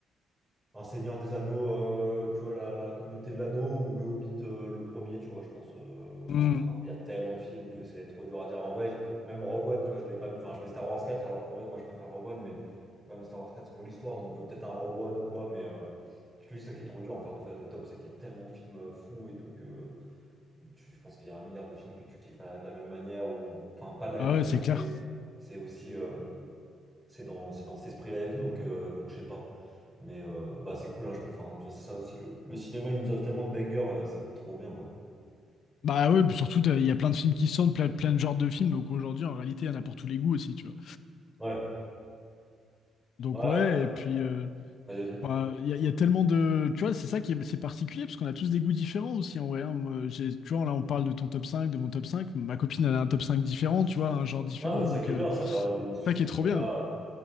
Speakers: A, in the centre; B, on the left.
A: Un Seigneur des Anneaux, euh, tu vois, la, la communauté de l'anneau ou le Hobbit, euh, le premier, tu vois, je pense. euh, Enfin,
B: Mm.
A: de toute façon, il y a tellement de films que c'est trop dur à dire. En vrai, je- même Rogue One, tu vois, je l'ai pas mis. Enfin, je mets Star Wars quatre alors qu'en vrai, moi, je préfère Rogue One, mais quand même, Star Wars quatre c'est pour l'histoire, donc euh, peut-être un Rogue One ou quoi, mais euh, je te dis, c'est ça qui est trop dur en faire de faire des tops, c'est qu'il y a tellement de films euh, fous et tout que tu- je pense qu'il y a un milliard de films que tu kiffes euh, de la même manière, ou enfin, pas de la
B: Ah
A: même manière,
B: ouais, c'est clair.
A: mais c'est aussi. euh, c'est dans, c'est dans cet esprit-là et tout, donc, euh, donc je sais pas. Mais euh, bah, c'est cool, hein, je- enfin, tu vois, c'est ça aussi. Le, le cinéma, il nous offre tellement de bangers, euh, c'est trop bien, quoi.
B: Bah ouais, puis surtout, t'as- il y a plein de films qui sortent, plein, plein de genres de films. Donc aujourd'hui, en réalité, il y en a pour tous les goûts aussi, tu vois.
A: Ouais, ouais,
B: Donc
A: bah,
B: ouais, et puis. euh,
A: vas-y, vas-y.
B: Enfin, Il y, a il y a tellement de. Tu vois, c'est ça qui est, c'est particulier, parce qu'on a tous des goûts différents aussi en vrai. hein. Moi, j'ai, tu vois, là, on parle de ton top 5 de mon top cinq Ma copine, elle a un top 5 différent, tu vois, un genre différent.
A: Ah, bah, ça
B: Donc,
A: qui est
B: euh,
A: bien, ça permet des discussions
B: ça qui est
A: comme
B: trop
A: ça.
B: bien.
A: là. euh,